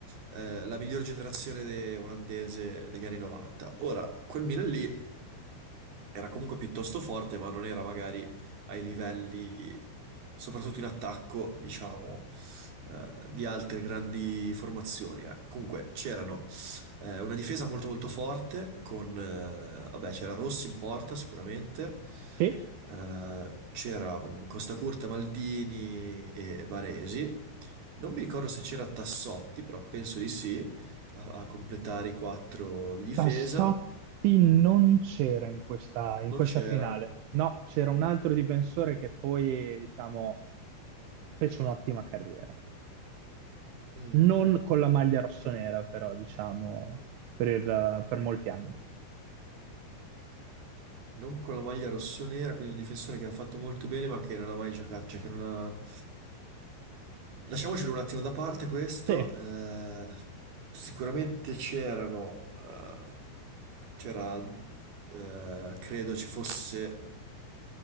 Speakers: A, on the right; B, on the right.
A: eh, la miglior generazione de- olandese degli anni 90. Ora, quel Milan lì quindi era comunque piuttosto forte, ma non era magari ai livelli, soprattutto in attacco, diciamo, eh, di altre grandi formazioni. eh. Comunque c'erano eh, una difesa molto molto forte con, eh, vabbè, c'era Rossi in porta sicuramente,
B: Sì,
A: eh, c'era Costa Curta, Maldini e Baresi. Non mi ricordo se c'era Tassotti, però penso di sì, a, a completare i quattro di difesa.
B: Tassotti non c'era in questa, in
A: Non
B: questa
A: c'era.
B: finale, no, c'era un altro difensore che poi, diciamo, fece un'ottima carriera.
A: Mm.
B: Non con la maglia rossonera, però, diciamo, per, il- per molti anni.
A: Non con la maglia rossonera, quindi un difensore che ha fatto molto bene, ma che non ha mai giocato, cioè che non ha... Lasciamocelo un attimo da parte questo.
B: Sì,
A: eh, sicuramente c'erano... eh, c'era... eh, credo ci fosse